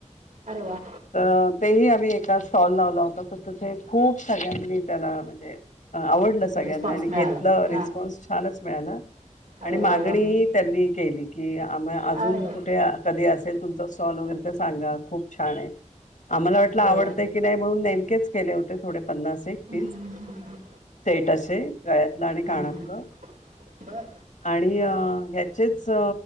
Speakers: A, on the right; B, on the left.
A: अरे वा
B: त अ तेही आम्ही एका- स्टॉल लावला होता तर तथे खूप सगळ्यांनी त्याला म्हणजे- आवडलं
A: रिस्पॉन्स
B: सगळ्यांना आणि घेतलं
A: मिळाला हा
B: रिस्पॉन्स छानचं. मिळाला. आणि
A: अरे
B: मागणी
A: वा वा
B: त्यांनी केली. की आ... आमया अजून
A: अरे वा
B: कुठे आ कधी अस. तर तुमचा स्टॉल वगैरे ते सांगा खूप छान आहे. आम्हाला वाटलं आवडतंय
A: अरे वा
B: की नाही म्हणून नेमकेच केले होते थोडे पन्नास एक
A: हम्म.
B: तीस <unintelligible> ते. गळ्यातलं आणि कानातलं.
A: हम्म, हम्म. बर
B: आणि अ ह्याचेच अ